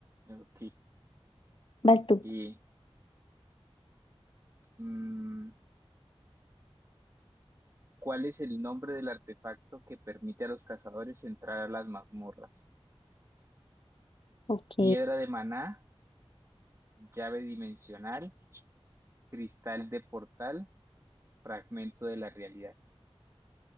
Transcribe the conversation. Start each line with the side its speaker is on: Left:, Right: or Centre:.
Right: Ok.
Left: Vas tú.
Right: Y, mm, ¿cuál es el nombre del artefacto que permite a los cazadores entrar a las mazmorras?
Left: Ok.
Right: Piedra de maná, llave dimensional, cristal de portal, fragmento de la realidad,